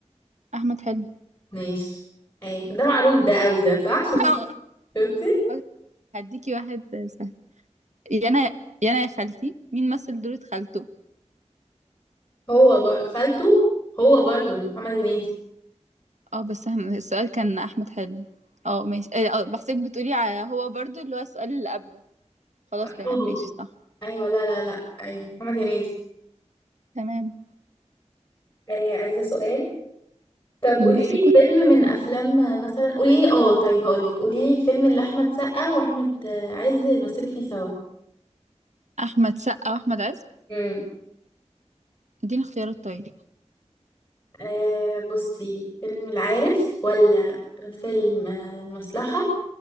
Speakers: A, on the right; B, on the left.
A: احمد حلمي
B: ماشي ايه ده معروف ده قوي ده صح شفتي
A: <laughs>
B: شفتي
A: خلاص، هديكي واحد سهل يانا يانا يا خالتي مين مثل دورة خالته
B: هو بر... خالته هو برضو محمد هنيدي
A: اه بس احنا السؤال كان احمد حلمي اه ماشي اه آه، بحسك بتقولي على هو برضو اللي هو السؤال اللي قبله خلاص
B: اه
A: تمام ماشي صح
B: ايوه لا لا لا ايوه محمد هنيدي
A: تمام
B: آه عايزه سؤال طب قولي
A: بس
B: لي
A: يكون
B: فيلم من افلام مثلا قولي لي اه طيب هقول لك قولي لي الفيلم اللي احمد سقا واحمد عز مثلوا فيه سوا
A: احمد سقا واحمد عز
B: امم
A: اديني اختيارات طيب
B: آه بصي فيلم العارف ولا فيلم آه، المصلحه